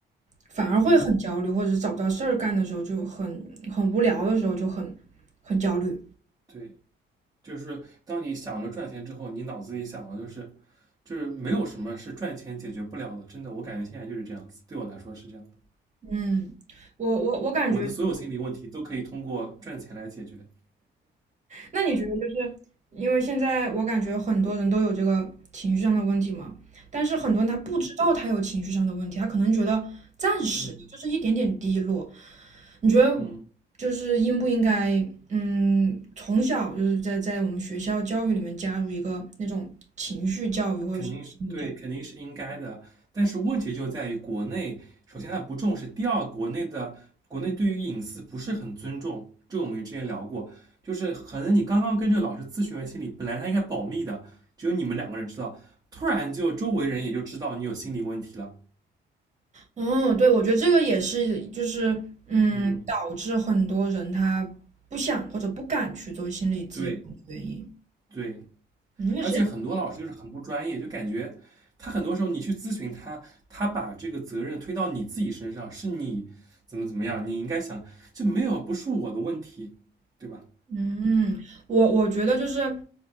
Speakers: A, on the right; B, on the right.
A: 反而会很焦虑，
B: 嗯，
A: 或者是找不到事儿干的时候就很很无聊的时候就很很焦虑。
B: 对，就是当你想着赚钱之后，你脑子里想的就是就是没有什么是赚钱解决不了的。真的，我感觉现在就是这样子，对我来说是这样的。
A: 嗯，我我我感觉，
B: 我的所有心理问题都可以通过赚钱来解决。
A: 那你觉得就是因为现在我感觉很多人都有这个情绪上的问题嘛，但是很多人他不知道他有情绪上的问题，
B: 嗯
A: 他可能觉得暂时的就是一点点低落。
B: 嗯
A: 你觉得
B: 嗯。
A: 就是应不应该，嗯，从小就是在在我们学校教育里面加入一个那种情绪教育或者是心理
B: 肯定是对，肯定是应该的。但是问题就在于国内，首先他不重视，第二，国内的国内对于隐私不是很尊重。这我们之前聊过，就是可能你刚刚跟这个老师咨询完心理，本来他应该保密的，只有你们两个人知道，突然就周围人也就知道你有心理问题了。
A: 哦，对，我觉得这个也是，就是嗯，
B: 嗯，
A: 导致很多人他不想或者不敢去做心理咨询的原因。
B: 对对。
A: 嗯因为谁？
B: 而且很多老师就是很不专业，就感觉他很多时候你去咨询他，他把这个责任推到你自己身上，是你怎么怎么样，你应该想，就没有不是我的问题，对吧？
A: 嗯，我我觉得就是，